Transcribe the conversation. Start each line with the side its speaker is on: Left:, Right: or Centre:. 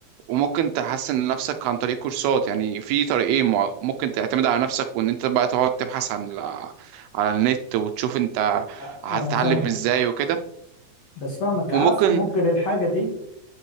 Right: وممكن تحسن نفسك عن طريق كورسات يعني في طريقين مع- ممكن تعتمد على نفسك وان انت بقى تقعد تبحث عن ال- على النت وتشوف انت
Left: أ-
Right: هتتعلم
Left: انا فاهمك
Right: ازاي وكده
Left: بس فاهمك عارف
Right: وممكن
Left: ممكن الحاجة دي